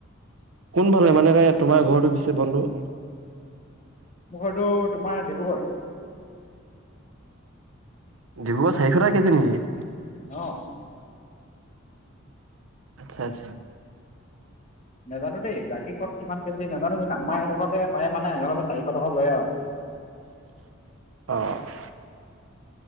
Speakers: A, on the right; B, on the left.
A: কোন ফালে, মানে তোমাৰ ঘৰটো পিছে বন্ধু?
B: মোৰ ঘৰটো তোমাৰ ডিব্ৰুগড়।
A: ডিব্ৰুগড় চাৰিশ টকা কেজি নেকি?
B: অ'।
A: আচ্ছা আচ্ছা।
B: নাজানো দেই, বাকী ক'ত কিমান কেজি নাজানো কিন্তু আমাৰ এডুখতে পাই মানে এডখকে চাৰিশ টকা লয় আৰু।
A: <inaudible> অ'।